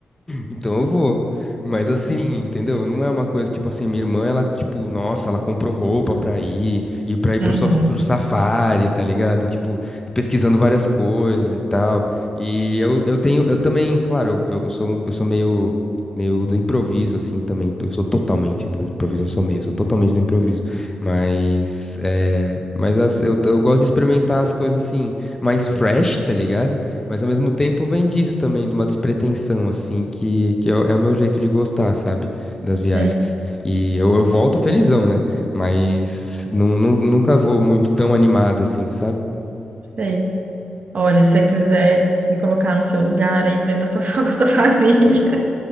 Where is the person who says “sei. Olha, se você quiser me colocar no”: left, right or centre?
Right